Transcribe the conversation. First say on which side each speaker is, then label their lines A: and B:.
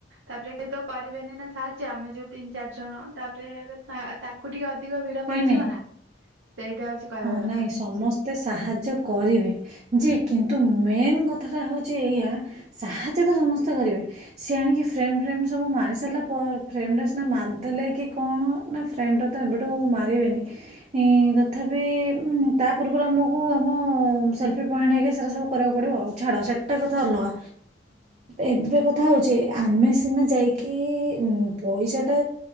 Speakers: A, on the right; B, on the right.
A: ତାପରେ କି ତ କରିବେନି ନା ସାହାଯ୍ୟ ଆମେ ଯୋଉ ତିନି ଚାରି ଜଣ ତାପରେ ତା ତାକୁ ଟିକେ। ଅ ଭିଡ
B: ନାଇଁ
A: ପଡିଯିବ
B: ନାଇଁ
A: ନା। ସେଇଟା ହଉଛି କହିବା
B: ହଁ
A: ଦରକାର
B: ନାଇଁ ସମସ୍ତେ ସାହାଯ୍ୟ କରିବେ ଯେ। କିନ୍ତୁ ମେନ୍ କଥାଟା ହେଉଛି ଏଇଆ ସାହାଯ୍ୟ ତ ସମସ୍ତେ କରିବେ ସିଏ ଆଣିକି ଫ୍ରେମ୍ ଫ୍ରେମ୍ ସବୁ ମାରି ସାରିଲା ପରେ ଫ୍ରେମ୍ଟା ସିନା ମାରିଦେଲେ କି କଣ ନା ଫ୍ରେମ୍ଟା ତ ଏବେଠୁ ମାରିବେନି ଇ। ତଥାପି ତା ପୂର୍ବରୁ ଆମକୁ ଆମ ସେଲ୍ଫି ପଏଣ୍ଟ ହେଇକି ସେଟା ସବୁ କରିବାକୁ ପଡ଼ିବ ଆଉ ଛାଡ଼ ସେଇଟା କଥା ଅଲଗା ଏବେ କଥା ହେଉଛି ଆମେ ସିନା ଯାଇକି ପଇସାଟା